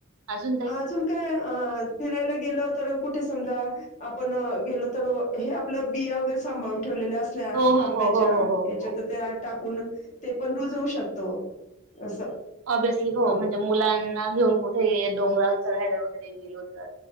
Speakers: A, on the right (about 75°); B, on the left (about 35°).
A: अजून ताई
B: अजून काय अ फिरायला गेल तर कुठे समजा आपण गेलो तर हे आपलं बिया वगैरे सांभाळून ठेवलेलं अस
A: हो हो
B: आंब्याच्या
A: हो हो हो हो
B: याच्यात
A: हो
B: त्या टाकून ते पण रुजवू शकतो असं
A: ऑब्ियसली हो
B: ह
A: म्हणजे मुलांना घेऊन कुठे डोंगरावर चढायला वगैरे गेलो तर